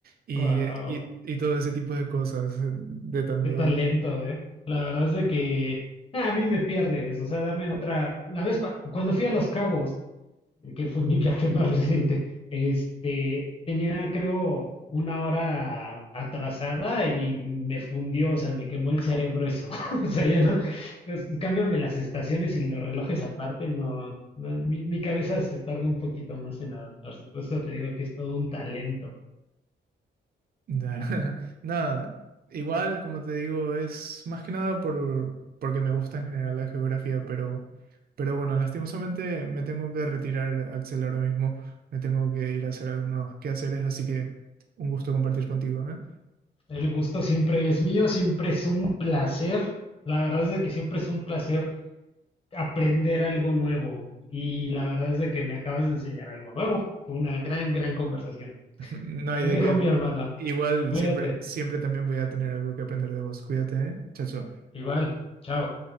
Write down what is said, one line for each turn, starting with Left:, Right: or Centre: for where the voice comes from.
Right: y,
Left: guau,
Right: eh, y, y todo ese tipo de cosas, eh, de tanto...
Left: qué talento, ¿eh? La verdad es de que ah, a mí me pierdes, o sea, dame otra. La vez pa- cuando fui a Los Cabos, eh, que fue mi viaje <laughs> más reciente, este, tenía creo una hora atrasada y me fundió, o sea, me quemó el cerebro eso. <laughs> O sea, ya no, pues, cámbiame las estaciones y los relojes aparte, no, no, mi, mi cabeza se tarda un poquito más en adaptarse, por eso te digo que es todo un talento.
Right: Da- <laughs> Nada, igual, como te digo, es más que nada por, porque me gusta en general la geografía, pero, pero bueno, lastimosamente me tengo que retirar, Axel, ahora mismo. Me tengo que ir a hacer algunos quehaceres, así que un gusto compartir contigo, ¿eh?
Left: El gusto siempre es mío, siempre es un placer. La verdad es de que siempre es un placer aprender algo nuevo. Y la verdad es de que me acabas de enseñar algo nuevo. Fue una gran, gran conversación.
Right: <laughs> No hay
Left: Te
Right: de
Left: dejo
Right: qué.
Left: mi hermana.
Right: Igual,
Left: Cuídate.
Right: siempre, siempre también voy a tener algo que aprender de vos. Cuídate, ¿eh? Chao, chao.
Left: Igual. Chao.